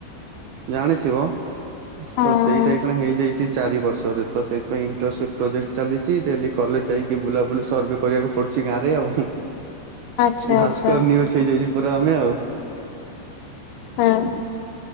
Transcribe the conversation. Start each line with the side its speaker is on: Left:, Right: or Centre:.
Right: ଜାଣିଥିବ
Left: ହଁ
Right: ତ ସେଇଟା ଇକ୍ଷିଣା ହେଇଯାଇଛି। ଚାରି ବର୍ଷରେ ତ ସେଥିପଁ ଇଣ୍ଟର୍ନସିପ୍ ପ୍ରୋଜେକ୍ଟ ଚାଲିଛି ଡେଲି କଲେଜ ଯାଇକି ବୁଲାବୁଲି ସର୍ଭେ କରିବାକୁ ପଡୁଛି। ଗାଁରେ ଆଉ
Left: ଆଚ୍ଛା
Right: ଭାସ୍କର
Left: ଆଚ୍ଛା
Right: ନ୍ୟୁଜ ହେଇଯାଇଛି ପୁରା ଆମେ ଆଉ।
Left: ହଁ